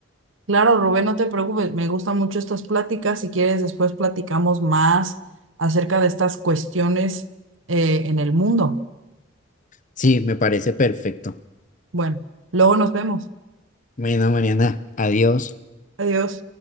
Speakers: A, on the right; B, on the left.
A: claro, Rubén, no te preocupes, me gustan mucho estas pláticas. Si quieres, después platicamos más acerca de estas cuestiones eh, en el mundo.
B: Sí, me parece perfecto.
A: Bueno, luego nos vemos.
B: Bueno, Mariana, adiós.
A: Adiós.